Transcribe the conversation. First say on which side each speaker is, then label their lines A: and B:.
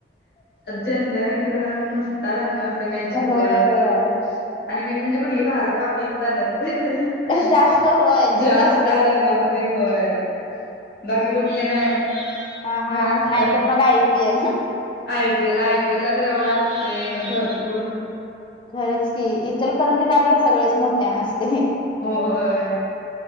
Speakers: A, on the left; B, on the left.
A: जनता बँकेजवळ नुसता दंगा असतोय मॅच जिंकल्यावर
B: होय होय
A: तर. आणि मेन म्हणजे कुठली भारत पाकिस्तानच
B: जास्त होय तीच
A: जास्त
B: असत्या.
A: दंगा होत होय बाकी कुठली नाही.
B: हा हा
A: खर असतात
B: नाहीतर मग I P L.
A: I P L I P L ला तर एवढं असतय भरपूर
B: खरंच की इतरकरंजीत आपलं सगळंच मोठ्यानं असतंय
A: होय